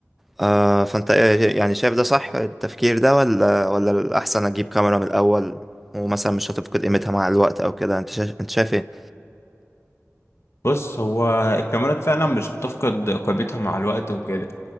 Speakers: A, in the centre; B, on the left.
A: آه فأنت إيه يعني شايف ده صح التفكير ده ولا ولا الأحسن أجيب كاميرا من الأول ومثلا مش هتفقد قيمتها مع الوقت أو كده أنت شايف أنت شايف إيه؟
B: بص هو الكاميرات فعلا مش بتفقد قيمتها مع الوقت وكده